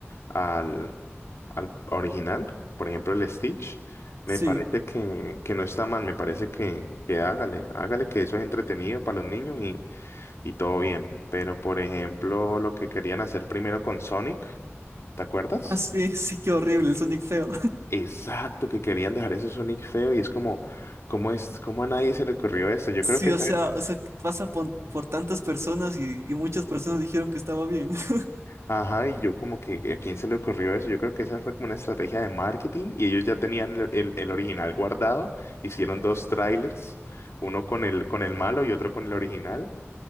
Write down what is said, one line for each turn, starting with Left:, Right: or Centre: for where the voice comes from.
Left: al, al original, por ejemplo, el Stitch,
Right: Sí,
Left: me parece que, que no está mal, me parece que, que hágale, hágale que eso es entretenido para los niños y todo bien. Pero, por ejemplo, lo que querían hacer primero con Sonic, ¿te acuerdas?
Right: ah, sí, <laughs> sí, qué horrible, el Sonic feo.
Left: Exacto, que querían dejar ese Sonic feo y es como, ¿cómo es, cómo a nadie se le ocurrió eso? Yo
Right: Sí,
Left: creo que, esa-
Right: o sea, o sea, pasa por por, tantas personas y, y muchas personas dijeron que estaba bien. <laughs>
Left: ajá, y yo como que, ¿a quién se le ocurrió eso? Yo creo que esa fue como una estrategia de marketing y ellos ya tenían el, el- el original guardado, hicieron dos trailers, uno con el, con el malo y otro con el original